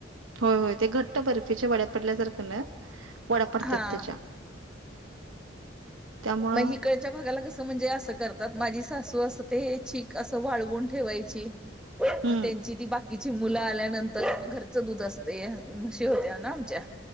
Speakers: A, on the right; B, in the centre.
A: होय होय ते घट्ट बर्फीच्या वड्या पडल्यासारख्या ना, वड्या पडतात
B: हा
A: त्याच्या. त्यामुळं
B: मग हिकडच्या? भागाला कसं म्हणजे, असं करतात माझी सासू असं ते चीक असं वाळवून ठेवायची.
A: हम्म
B: मग त्यांची ती बाकी तीची मुलं आल्यानंतर म घरचं दूध असतय म्हशी होते ना आमच्या.